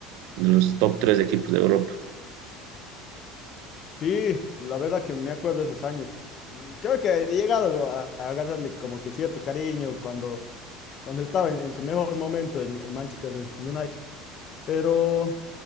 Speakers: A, on the right; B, on the left.
A: de los top tres equipos de Europa.
B: Sí, la verdad que me acuerdo de esos años. Mm, Creo que he llegado a, a agarrarle como que cierto cariño cuando, cuando estaba en, en su mejor momento el el Manchester United. Pero